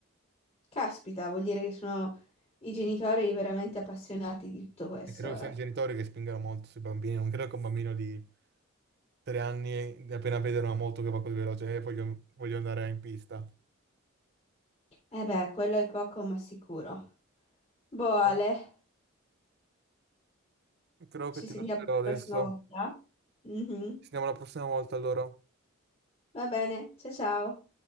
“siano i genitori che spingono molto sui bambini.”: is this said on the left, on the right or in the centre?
Right